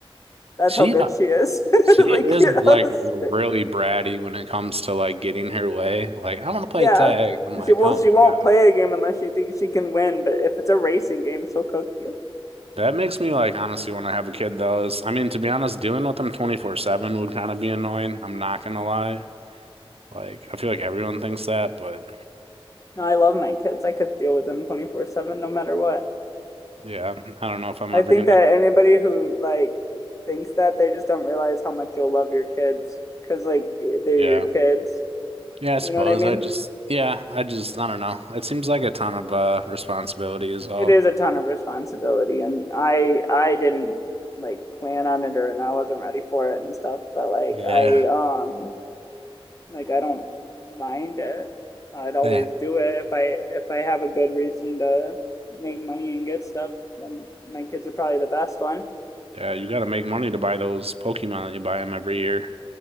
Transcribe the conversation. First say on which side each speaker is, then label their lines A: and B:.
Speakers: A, on the left; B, on the right.
A: That's
B: she
A: how good
B: uh,
A: she is.
B: she
A: <laughs> Like,
B: is
A: <laughs>
B: like really bratty when it comes to like getting her way. Like, I want to play
A: yeah.
B: tag. I'm like,
A: She well,
B: oh
A: she
B: my
A: won't
B: God.
A: play a game unless she thinks she can win, but if it's a racing game, she'll cook you.
B: That makes me like honestly want to have a kid though. Is I mean, to be honest, dealing with them 24/7 would kind of be annoying. I'm not gonna lie. Like I feel like everyone thinks that, but
A: No, I love my kids. I could deal with them 24/7 no matter what.
B: yeah, I don't know if I'm
A: I
B: ever
A: think
B: gonna.
A: that anybody who like thinks that they just don't realize how much you'll love your kids because like they're
B: Yeah.
A: your kids.
B: Yeah, I suppose
A: You know what I mean?
B: I just yeah, I just I don't know. It seems like a ton of uh responsibility is all.
A: It is a ton of responsibility, and I I didn't like plan on it or and I wasn't ready for it and stuff. But like
B: Yeah,
A: I um like I don't mind it. I'd always
B: yeah,
A: do it if I if I have a good reason to make money and get stuff. Then my kids are probably the best one.
B: Yeah, you got to make money to buy those Pokemon that you buy them every year